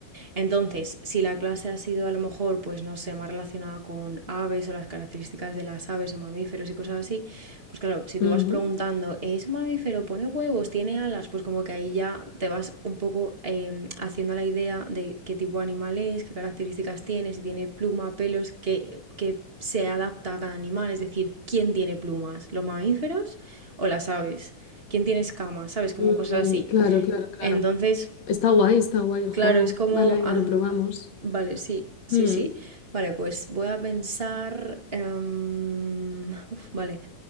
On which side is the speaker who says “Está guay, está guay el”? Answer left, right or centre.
Left